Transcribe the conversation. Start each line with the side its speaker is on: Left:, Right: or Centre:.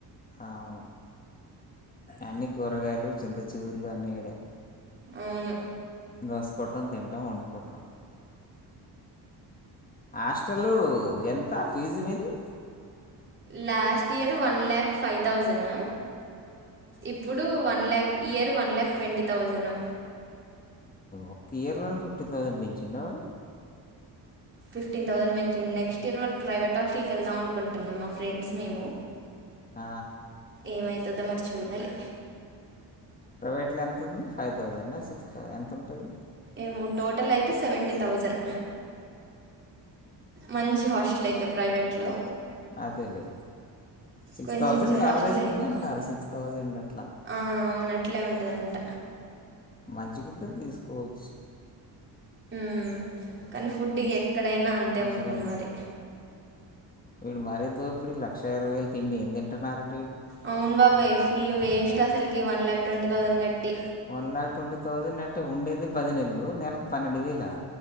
Left: అవును అన్నీ కూరగాయలు చింత చిగుర్లు అన్నీ ఈడే
Right: అవును
Left: గోసుకుంటాం తింటాం వండుకోటం హాస్టలు ఎంత ఫీజు మీది
Right: last year one lakh five thousand ఇప్పుడు one lakh year one lakh twenty thousand
Left: ఒక్క ఇయర్లోనే ఫిఫ్టీన్ థౌజండ్ పెంచిండా వాడు
Right: ఫిఫ్టీన్ థౌజండ్ పెంచిండు నెక్స్ట్ ఇయర్ మరి ప్రైవేట్ హాస్టల్కి వెళ్దాం అనుకుంటున్నాం మా ఫ్రెండ్స్ మేము
Left: ఆ
Right: ఏమైతదో మరి చూడాలి
Left: ప్రైవేట్లో ఎంతుంది ఫైవ్ థౌజండ్ ఆ సిక్స్ థౌస్ ఎంత ఉంటుంది
Right: ఏమో టోటల్ అయితే సెవెంటీ థౌజండ్ మంచి హాస్టల్ అయితే ప్రైవేట్లో
Left: అదేలే సిక్స్
Right: కొంచెం
Left: థౌజండ్
Right: చిన్న
Left: యావరేజ్గా
Right: హాస్టల్ అయితే
Left: ఉంద అన్నారు సిక్స్ థౌజండ్ అట్లా
Right: అవును అట్లే ఉంటుందంట
Left: మంచిగుంటే తీసుకోవచ్చు
Right: ఉమ్ కానీ ఫుడ్ ఇక ఎక్కడైనా అంతే
Left: మంచిగా
Right: ఉంటుంది మరి
Left: వీడు మరి తో పిడు లక్ష ఇరవై వేలు తిండి ఏమి తింటున్నారనీ
Right: అవును బాబాయ్ ఫుల్ వేస్ట్ అసలుకి వన్ లాక్ ట్వంటీ థౌజండ్ కట్టి
Left: వన్ లాక్ ట్వంటీ థౌజండ్ అంటే ఉండేది పది నెలలు నెలకు పన్నెండు వేలా